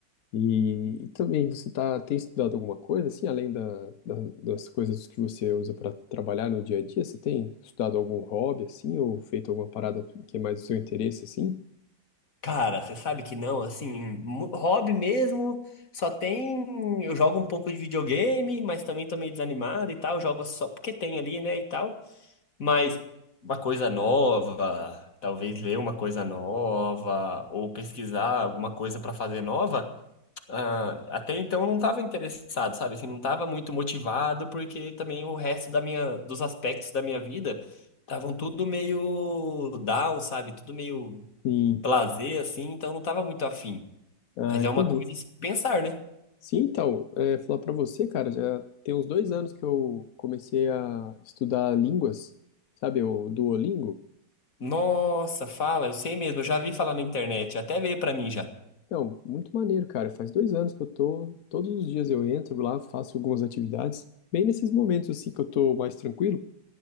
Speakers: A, on the left; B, on the left.
A: E, e também, você tá, tem estudado alguma coisa, assim, além da, da- das coisas que você usa para trabalhar no dia a dia? Você tem estudado algum hobby, assim, ou feito alguma parada que é mais do seu interesse, assim?
B: Cara, você sabe que não, assim, mu- hobby mesmo, só tem. Eu jogo um pouco de videogame, mas também tô meio desanimado e tal, jogo só porque tem ali, né, e tal. Mas uma coisa nova, talvez ler uma coisa nova, ou pesquisar alguma coisa pra fazer nova, ah, até então eu não tava interessado, sabe? Assim, não tava muito motivado, porque também o resto da minha, dos aspectos da minha vida estavam tudo meio down, sabe? Tudo meio
A: Sim.
B: lazer, assim, então eu não tava muito afim.
A: Ah,
B: Mas
A: entendi.
B: é uma coisa a se pensar, né?
A: Sim, então, é, falar pra você, cara, já tem uns dois anos que eu comecei a estudar línguas, sabe, o Duolingo.
B: Nossa, fala, eu sei mesmo, eu já vi falar na internet, até veio pra mim já.
A: Então, muito maneiro, cara. Faz dois anos que eu tô, todos os dias eu entro lá, faço algumas atividades, bem nesses momentos, assim, que eu tô mais tranquilo,